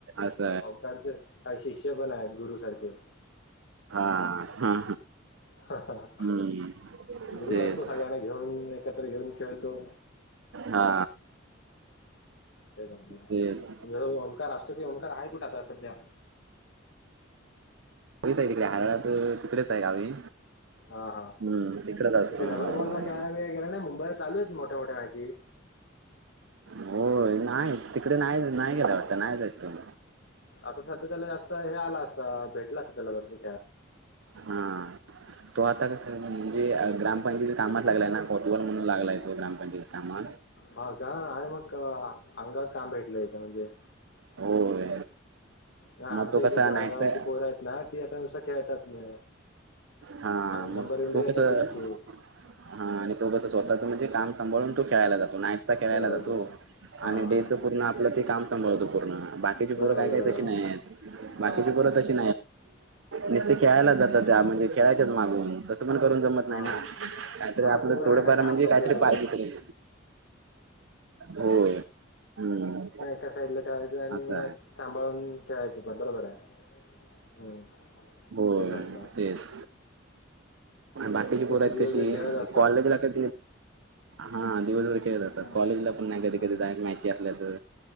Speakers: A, on the right (about 70°); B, on the left (about 65°).
A: अस
B: ओंकारचे काही शिष्य पण आहेत गुरु सारखे
A: हा हा
B: हा हा
A: हम्म
B: गुरु
A: तेच
B: असतो सगळ्यांना घेऊन एकत्र घेऊन खेळतो
A: हा
B: ते
A: तेच
B: तुमस ओंकार असतो कि ओंकार आहे कुठं आता सध्या
A: य आहे त काय हरळ तिकडेच आहे गावी
B: हा हा
A: हम्म तिकडेच असतो
B: कुठे रबर बॉलला खळायलाेळय गेला नाही मुंबईला चालू आहेत मोठ्या मोठ्या मॅची
A: हो नाही तिकडे नाही नाही गेला वाटत नाही तु
B: आता सध्या त्याला जास्त हे आला असतं भेटला असतं त्याला बरबरय
A: हा तो आता कस म्हणजे ग्रामपंचायती कामच लागलाय ना कोटवल म्हणून लागलाय तो ग्रामपंचायती काम.
B: हा का आणि, मंगअंगावर काम भेटले याच्या म्हणजे
A: होय
B: ह आमच्या
A: मग तो
B: इकड
A: कसा
B: माझ्या
A: नाईटचा
B: गावातली पोर ना ते आता नुसता खेळतात ना
A: हा
B: आणि नंबर
A: मग
B: बंबर
A: तो
B: येतात
A: कसं
B: त्यांचे
A: हा आणि तो कस स्वतःच म्हणजे काम सांभाळून तू खेळायला जातो नाॅक्चा खेळायला
B: बरोबर
A: जातो
B: बरोबर. हां,
A: आणि डेच
B: हां.
A: पूर्ण आपलं ते काम सांभळवत पूर्ण बाकीची पूरं
B: बरोबर,
A: काय काय
B: बरोबर.
A: तशी नाही आहेत
B: हां,
A: बाकीची परत की नुस खेळायलाच जात त्या म्हणजे खेळायच्याच मागून तस पण करून जमत
B: हां.
A: नाही ना. तर
B: हां,
A: आपलं
B: ते पण
A: थोडंफार
B: आहे ना काम
A: म्हणजे
B: पण
A: काहीतरी
B: केलं
A: पाहिजे हो हम्म
B: म एका साइड ला ठेवायचं आणि
A: असं
B: मग
A: आहे
B: सांभाळून ठेवायचं पण बरोबर आहे हं,
A: हो
B: तेच म्हटलं.
A: तेच बाकीची
B: नुसते
A: पुोर य
B: दिवसभर
A: ती
B: खेळत असतात.
A: कॉलेजला क हा दिवसभ
B: हां,
A: कॉलेजला प नाही कधी
B: हां.
A: कधीय मॅ असल्या तर